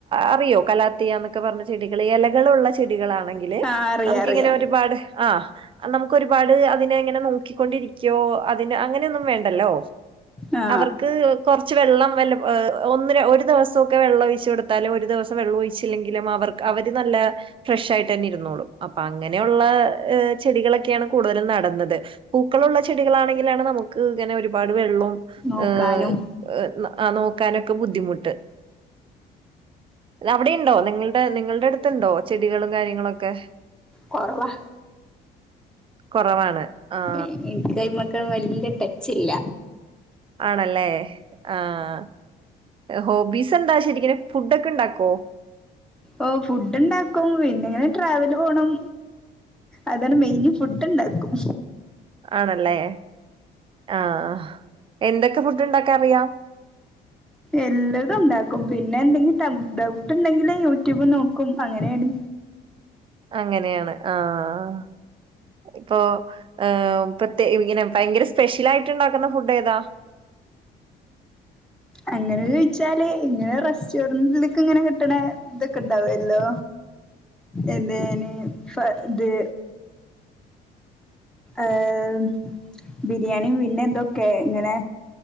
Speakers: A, on the right (about 30°); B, in the centre.
A: അറിയോ കലാത്തിയ ന്നൊക്കെ പറഞ്ഞ ചെടികൾ ഇലകളുള്ള ചെ ചെടികളാണെങ്കില്
B: ആ അറിയാ
A: നംക്ക്
B: അറിയാ
A: ഇങ്ങനെ ഒര്പാട് ആഹ് അ നംക്ക് ഒരുപാട് അതിനെ ഇങ്ങനെ നോക്കിക്കൊണ്ടിരിക്ക്യോഅതിന് അങ്ങനെയൊന്നും വേണ്ടല്ലോ
B: ആ
A: അവർക്ക് കൊർച്ച് വെള്ളം നല്ല ഒന്നപ്പാരാ ഒരു ദിവസവ ക്കെ വെള്ളം ഒഴിച്ചു കൊടുത്താലും ഒരു ദിവസം വെള്ളം ഒഴിച്ചില്ലെങ്കിലും അവർക്ക് അവര് നല്ല ഫ്രഷ് ആയിട്ടന്നെ ഇരുന്നോളും അപ്പ അങ്ങനെ ഒള്ള ചെടികളെക്കേണ് കൂടുതലും നടന്നത് പൂക്കളുള്ള ചെടികളാണെങ്കിലാണ് നമുക്ക് ങ്ങനെ ഒരുപാട് വെള്ളും
B: നോക്കാനും
A: ആഹ് നോക്കാനൊക്കെ ബുദ്ധിമുട്ട് ദാ അവടിണ്ടോ നിങ്ങൾടെ നിങ്ങൾടെ അട്ത്ത്ണ്ടോ ചെടികളും കാര്യങ്ങളൊക്കെ
B: കുറവാ
A: കുറവാണ് ആഹ്
B: എനിക്ക് കൈമക്കളും വല്ല്യ ടച്ച് ഇല്ല
A: ആണല്ലേ ആഹ് ഹോബീസ എന്താ ശരിക്നും ഫുഡക്കെണ്ടാക്കോ?
B: ഓ ഫുഡ് ഇണ്ടാക്കും പിന്നെ ഇങ്ങനെ ട്രാവല് പോണം. അതാണ് മെയിന് ഫുഡ് ഉണ്ടാക്കും.
A: ആണല്ലേ ആഹ് എന്തക്കെ ഫുഡ്ണ്ടാക്കാറിയാ?
B: എല്ലതും ഉണ്ടാക്കും പിന്നെ എന്തെങ്കിലും ടം ഡൗട്ട്ണ്ടെങ്കിലിൽ യൂട്യൂബ് നോക്കും അങ്ങനെയാണ്.
A: അങ്ങനെയാണ് ആഹ് ഇപ്പൊ ഏഹ് പ്രെത്യേ ഇങ്ങനെ ഭയങ്കര സ്പെഷ്യൽ ആയിട്ട്ണ്ടാക്ന്ന ഫുഡ് ഏതാ?
B: അങ്ങനെ ചോയ്ച്ചാല് ഇങ്ങനെ റെസ്റ്റോറന്റിലേക്ക ഇങ്ങനെ കിട്ട്ണ ഇതൊക്കെണ്ടാവല്ലോ? എന്തേനി ഫർ ഇദ് ഏഹ് ബിരിയാണി പിന്നെ ഇതൊക്കെ ഇങ്ങനെ